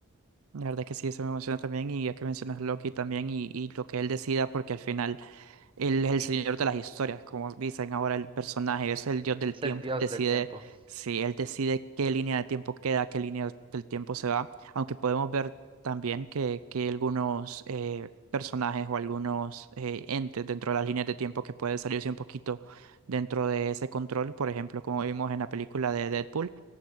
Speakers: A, on the right; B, on the right.
A: La verdad que sí, eso me emociona también y ya que mencionas Loki también y, y lo que él decida porque al final Él es el señor de las historias, como dicen ahora el personaje, es el dios del
B: Es
A: tiempo.
B: el dios
A: Decide
B: del tiempo,
A: si él decide qué línea de tiempo queda, qué línea del tiempo se va. Aunque podemos ver también que, que algunos eh, personajes o algunos eh, entes dentro de las líneas de tiempo que pueden salirse un poquito dentro de ese control. Por ejemplo, como vimos en la película de Deadpool